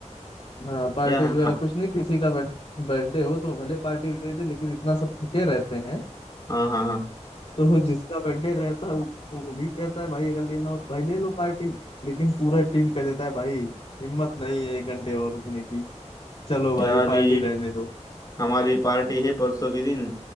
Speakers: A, on the left; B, on the left.
A: हाँ पार्टी
B: यार
A: वगैरह
B: हाँ
A: कुछ नहीं किसी का बर्थडे हो तो भले पार्टी दे दे लेकिन इतना सब थके रहते हैं
B: हाँ हाँ हाँ
A: तो जिसका बर्थडे रहता है वो वो भी कहता है भाई अगर लेना हो तो भाई ले लो पार्टी लेकिन पूरा टीम कह देता है भाई हिम्मत नहीं है एक घंटे और रुकने की चलो भाई
B: यार अभी
A: पार्टी रहने दो
B: हमारी पार्टी है परसों के दिन